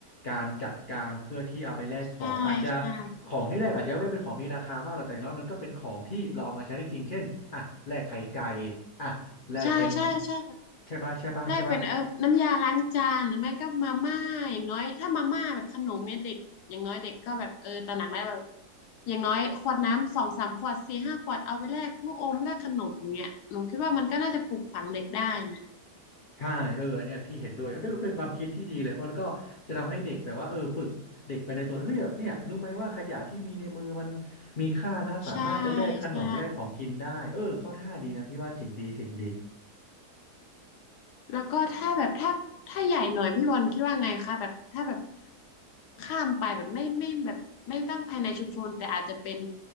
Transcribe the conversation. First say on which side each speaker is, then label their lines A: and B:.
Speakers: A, on the left (about 60°); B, on the left (about 75°).
A: การจัดการเพื่อที่เอาไปแลกของอาจจะ
B: ใช่ใช่
A: ของที่แลกอาจจะไม่ได้เป็นของมีราคามากหรอกแต่อย่างน้อยมันก็เป็นของที่เราเอามาใช้ได้จริงเช่นอ่ะแลกไข่ไก่อ่ะแลกเป็น
B: ใช่ใช่ใช่แบบ
A: ใช่ปะใช่ปะใช่ปะ
B: ได้เป็นเออน้ำยาล้างจานหรือไม่ก็มาม่าอย่างน้อยถ้ามาม่าแบบขนมเนี่ยเด็กอย่างน้อยเด็กก็แบบเออตระหนักได้แบบอย่างน้อยขวดน้ำสองสามขวดสี่ห้าขวดเอาไปแลกลูกอมแลกขนมอย่างเงี้ยหนูคิดว่ามันก็น่าจะปลูกฝังเด็กได้นะ
A: ใช่เอออันเนี่ยพี่เห็นด้วยเอ้ยเป็นเป็นความคิดที่ดีเลย เพราะมันก็จะทำให้เด็กแบบว่าเออฝึกเด็กไปในตัวเฮ้ยเนี่ยรู้ไหมว่าขยะที่มีในมือมันมีค่านะ สามารถไปแลกขนมแลกของกินได้เออเข้าท่าดีนะพี่ว่าจริงดีจริงดี
B: ใช่ใช่แล้วก็ถ้าแบบถ้าถ้าใหญ่หน่อยพี่บอลคิดว่าไงคะแบบถ้าแบบข้ามไปแบบไม่ไม่แบบไม่ตั้งภายในชุมชนแต่อาจจะเป็น